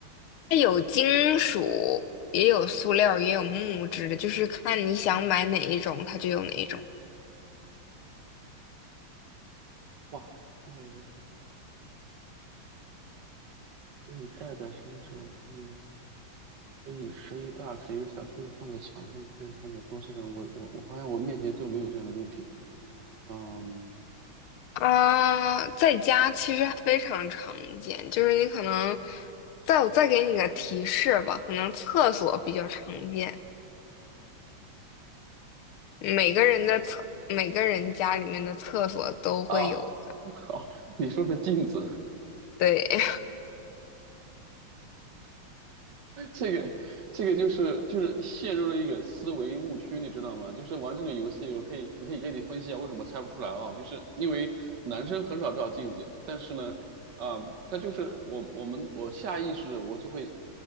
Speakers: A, on the left; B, on the right.
A: 它有金属，也有塑料，也有木质的，就是看你想买哪一种，它就有哪一种。
B: 哇，这个可以戴在身上，可以。可以可以大可以小，可以放在墙上，可以放在桌子上。我我我好像我面前都没有这样的物品。嗯，
A: 啊、在家其实非常常见，就是你可能，再我再给你个提示吧，可能厕所比较常见，每个人的厕，每个人家里面的厕所都会有的
B: 啊，<laughs> 好，你说说镜子。
A: 对，<laughs>
B: <laughs> 这个这个就是就是陷入了一个思维误区，你知道吗？就是玩这种游戏，我可以我可以给你分析一下为什么猜不出来啊，就是因为男生很少照镜子，但是呢，啊、他就是我我们我下意识的我就会